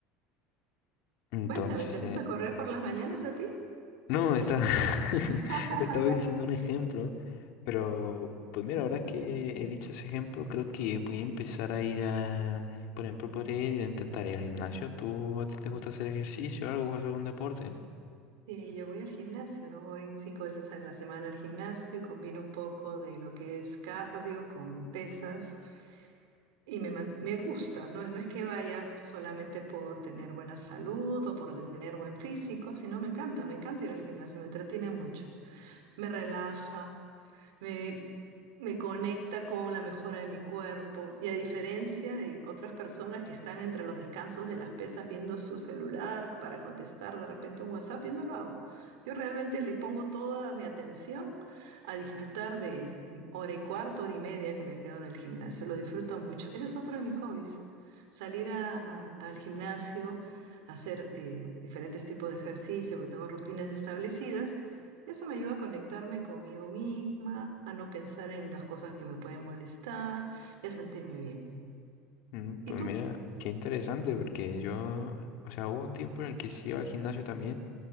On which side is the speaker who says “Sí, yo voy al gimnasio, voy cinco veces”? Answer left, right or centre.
Right